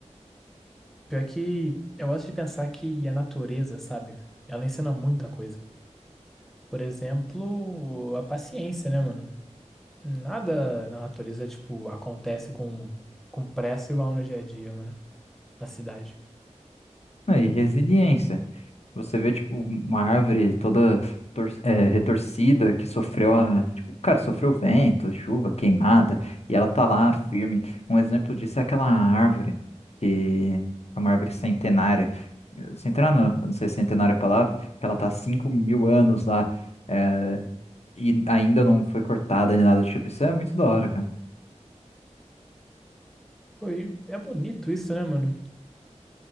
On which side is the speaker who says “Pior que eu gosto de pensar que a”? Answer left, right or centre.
Centre